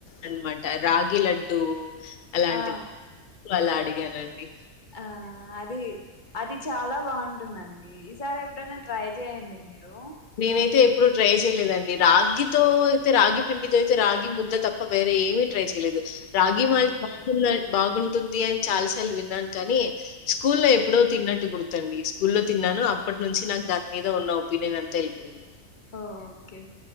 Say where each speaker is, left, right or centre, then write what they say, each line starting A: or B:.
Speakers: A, on the left; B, on the left.
A: అన్నమా రాగిలడ్డూ అలాంటివి
B: ఆ
A: అలా అడిగాన్ అండి
B: ఆ అది అది చాలా బాగుంటుందండి ఈసారి ఎప్పుడైనా ట్రై చేయండి మీరు
A: నేనైతే ఎప్పుడు ట్రై చేయలేదండి రాగితో అయితే రాగి పిండితో అయితే రాగి ముద్ద తప్ప వేరే ఏమీ ట్రై చేయలేదు రాగి
B: ఆ
A: మాల్ట్ <unintelligible> బాగుంటుంది అని చాలా సార్లు విన్నాను కాని స్కూల్లో ఎప్పుడో తిన్నట్టు గుర్తుండి స్కూల్లో తిన్నాను అప్పటి నుంచి నాకు దాని మీద ఉన్న ఒపీనియన్ అం తేలిపోయింది
B: ఓ ఓకే